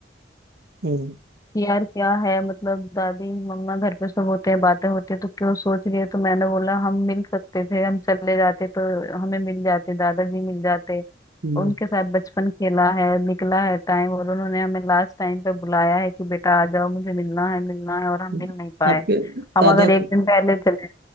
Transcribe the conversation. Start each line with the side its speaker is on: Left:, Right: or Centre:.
Right: हम्म
Left: यार क्या है मतलब दादी मम्मा घर पे सब होते हैं बातें होती है तो क्यों सोच रही है तो मैंने बोला हम मिल सकते थे हम चले जाते तो हमें मिल जाते दादाजी मिल जाते
Right: हम्म,
Left: उनके साथ बचपन खेला है निकला है टाइम और उन्होंने हमें लास्ट टाइम पे बुलाया है कि बेटा आ जाओ मुझे मिलना है मिलना है और हम
Right: हम्म।
Left: मिल नहीं पाए
Right: आपके
Left: हम
Right: दादा
Left: अगर एक
Right: को
Left: दिन पहले चले